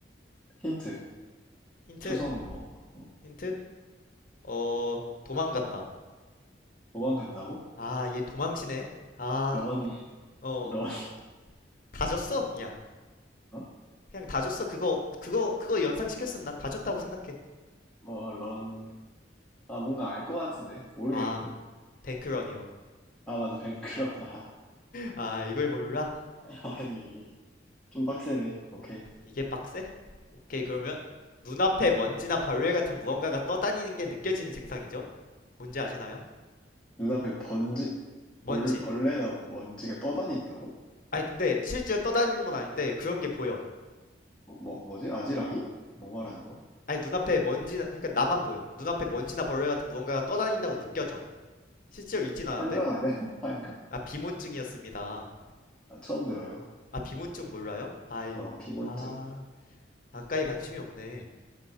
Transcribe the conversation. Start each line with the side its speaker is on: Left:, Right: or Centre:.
Centre: 힌트.
Left: 힌트?
Centre: 초성 뭐, 어,
Left: 힌트? 어, 도망간다.
Centre: 도망간다고?
Left: 아, 얘 도망치네. 아,
Centre: 런, 음.
Left: 어,
Centre: 런,
Left: 다 줬어, 그냥.
Centre: 어?
Left: 그냥 다 줬어. 그거, 그거, 그거 연상시켰으면 난 다 줬다고 생각해.
Centre: 어, 런. 아, 뭔가 알 것 같은데? 모르겠는데?
Left: 아, 뱅크런이요.
Centre: 아, 맞아. 뱅크러나.
Left: 아, 이걸 몰라?
Centre: <laughs> 아니, 좀 빡세네. 오케이.
Left: 이게 빡세? 오케이, 그러면 눈앞에 먼지나 벌레 같은 무언가가 떠다니는 게 느껴지는 증상이죠? 뭔지 아시나요?
Centre: 눈앞에 번지,
Left: 먼지.
Centre: 벌, 벌레나 먼지가 떠다닌다고?
Left: 아니 근데 실제로 떠다니는 건 아닌데 그런 게 보여.
Centre: 뭐, 뭐, 뭐지? 아지랑이? 뭐 말하는 거야?
Left: 아니 눈앞에 먼지나 그러니까 나만 보여. 눈앞에 먼지나 벌레 같은 무언가가 떠다닌다고 느껴져. 실제로 있진 않은데?
Centre: 환각 아니야? <laughs> 환각?
Left: 아 비문증이었습니다.
Centre: 아, 처음 들어요.
Left: 아 비문증 몰라요? 아이
Centre: 어, 빈곤증?
Left: 아 안과에 관심이 없네.